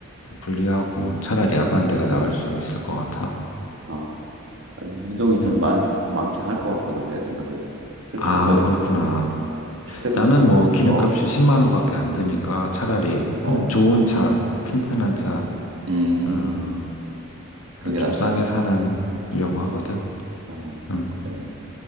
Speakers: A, on the left (about 85°); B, on the right (about 65°).
A: 좀 불리하고 차라리 아반떼가 나을 수 있을 것 같아.
B: 아. 이동이 좀
A: 음.
B: 많, 많긴 할 것 같거든, 내 생각에도. 출퇴근
A: 아,
B: 거리,
A: 그렇구나.
B: 어, 출퇴근
A: 나는
B: 거리,
A: 뭐 기름값이
B: 어,
A: 10만 원밖에 안 드니까 차라리
B: 어,
A: <clears throat> 좋은 차, 튼튼한 차,
B: 음,
A: 어,
B: 그게
A: 를좀
B: 낫다?
A: 싸게 사려고 하거든.
B: 어,
A: 응.
B: 그래.